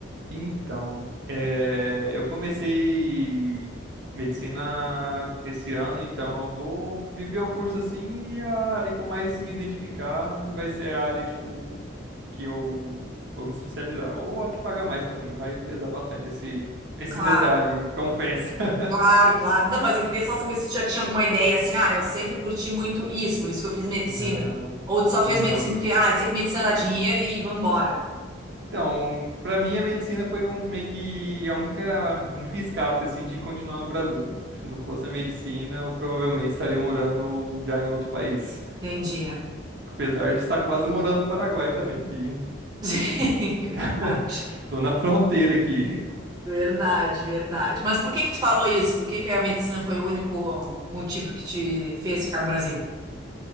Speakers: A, on the right; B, on the right.
A: Então, eh, eu comecei medicina esse ano, então eu vou viver o curso assim e a área que eu mais me identificar vai ser a área, tipo, que eu vou me especializar. Ou a que pagar mais também, vai pesar bastante esse, <laughs> esse
B: Claro,
A: detalhe, confesso. <laughs>
B: claro, claro. Não, mas eu queria só saber se tu já tinha alguma ideia assim. Ah, eu sempre curti muito isso, por isso que eu fiz medicina.
A: Não,
B: Ou tu só
A: não,
B: fez medicina
A: não.
B: porque, ah, eu sei que medicina dá dinheiro e vambora.
A: Então, pra mim a medicina foi um meio que a única, o único escape assim de continuar no Brasil. Se não fosse a medicina, eu provavelmente estaria morando já em outro país.
B: Entendi. <laughs>
A: Apesar de estar quase morando no Paraguai também, que
B: Sim, verdade.
A: <laughs> tô na fronteira aqui.
B: Verdade, verdade. Mas por que que tu falou isso? Por que que a medicina foi o único motivo que te fez ficar no Brasil?